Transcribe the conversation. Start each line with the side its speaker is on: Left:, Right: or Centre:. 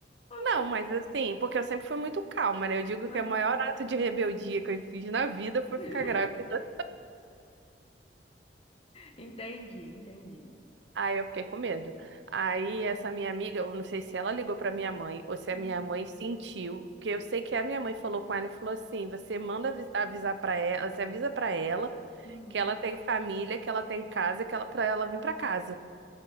Left: Oxe.
Right: não, mas assim, porque eu sempre fui muito calma, né? Eu digo
Left: Aham.
Right: que o maior ato de rebeldia que eu fiz na vida foi
Left: <laughs>
Right: ficar grávida
Left: Entendi, entendi.
Right: Aí eu fiquei com medo. Aí essa minha amiga, eu não sei se ela ligou para minha mãe ou se a
Left: Uhum,
Right: minha mãe sentiu, porque eu sei que a minha mãe falou com ela e falou assim: "Você manda avi- avisar para ela, você avisa para ela
Left: uhum,
Right: que ela tem família, que ela tem casa, que ela para ela vir para casa".